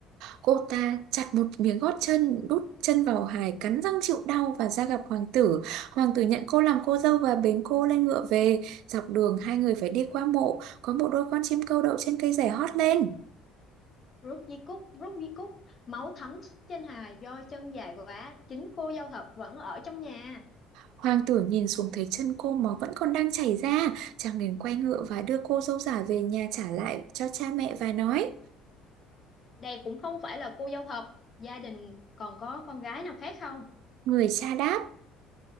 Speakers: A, on the right (about 65°); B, on the left (about 25°).
A: Cô ta chặt một miếng gót chân, đút chân vào hài, cắn răng chịu đau và ra gặp hoàng tử. Hoàng tử nhận cô làm cô dâu và bế cô lên ngựa về. Dọc đường hai người phải đi qua mộ, có một đôi con chim câu đậu trên cây rẻ hót lên.
B: Rút di cúc, rút di cúc, máu thấm trên hài do chân dài quá, chính cô dâu thật vẫn ở trong nhà.
A: Hoàng tử nhìn xuống thấy chân cô máu vẫn còn đang chảy ra, chàng liền quay ngựa và đưa cô dâu giả về nhà trả lại cho cha mẹ và nói.
B: Đây cũng không phải là cô dâu thật, gia đình còn có con gái nào khác không?
A: Người cha đáp,